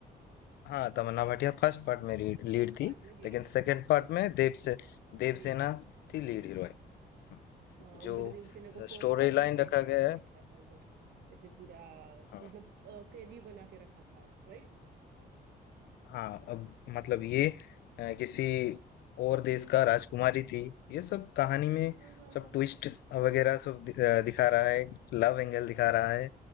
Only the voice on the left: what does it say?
हाँ तमन्ना भाटिया फर्स्ट पार्ट में लीड
थी
लेकिन
सेकंड
पार्ट में देव से देवसेना
थी लीड हीरो
हाँ
जो
स्टोरी
लाइन
रखा
गया है
हाँ
हाँ अब मतलब
ये अ, किसी और देश का राजकुमारी थी ये सब कहानी
में
सब
ट्विस्ट वगैरह सब दि- अ, दिखा रहा है लव एंगल दिखा
रहा है